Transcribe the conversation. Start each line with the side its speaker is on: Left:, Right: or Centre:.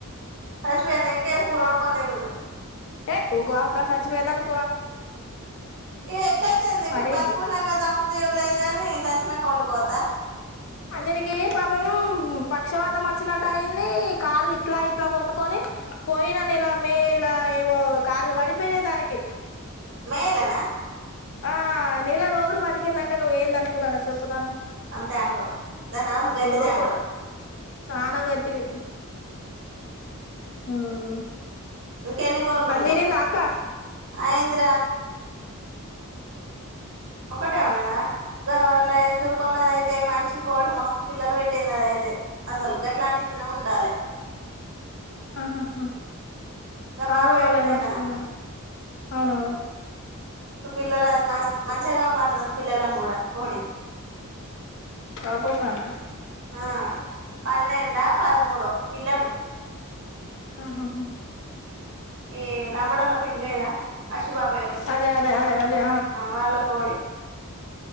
Right: సచ్చిపోయిందా ఇంకేంది కూర వండుకొని తినుర్రి
Left: ఏ ఊకో అక్క సచ్చిపోయిందని
Right: ఎ ఎట్లయితే ఇంకా
Left: మరి
Right: బతికున్నాంగా సంపుత్ టీవి లేదు గాని సచ్చినంక వండుకోవద్దు
Left: అనిల్ కి పాపం పక్షవాతం వాతం వచ్చినట్లయింది కాళ్లు ఇట్లా ఇట్లా కొట్టుకొని, పోయినా నెల మే అలా ఏమో కాల్లు పడి వేరే దానికి
Right: మేలేనా
Left: ఆ నెల రోజులు బతిక్ ఇగ నన్ను నువ్వు ఏంది అనుకుంటానవ్ చెప్పునన్ను
Right: అంతే అంటావు దాని హౌస్ గట్టిదే
Left: ఓ
Right: అంటావు
Left: కొట్టు చానా గట్టిది. ఉమ్
Right: ఇంకెన్ని కోళ్ళు
Left: పందిరి
Right: ఉన్నాయి
Left: మాక
Right: అయిందిరా తే అన్నదా గా వాళ్లయ్ తురుకోళ్లదైతే మంచి కోడి మస్తు పిల్లలు పెట్ ఏనాడైతే అసలు గట్ ఇట్లాంటిత్తనం ఉండాలె
Left: ఆహాహా
Right: గా బాబాయోళ్ళు
Left: అవును వాళ్ళ
Right: లేరా
Left: మంచిగున్నాయ్ అవును ఆవును
Right: పిల్లలను మం మంచిగా కాపాడుతుంది పిల్లలని కూడా కోడి
Left: వాపోతానా
Right: ఆ పన్నెండ పదమూడో పిల్లలు
Left: ఆహాహా
Right: ఏ లంబడోళ్ళ పిండి లేదా అశూబాబాయ వాళ్ళు
Left: అదే అదే అదే అదే
Right: వాళ్ళ కోడి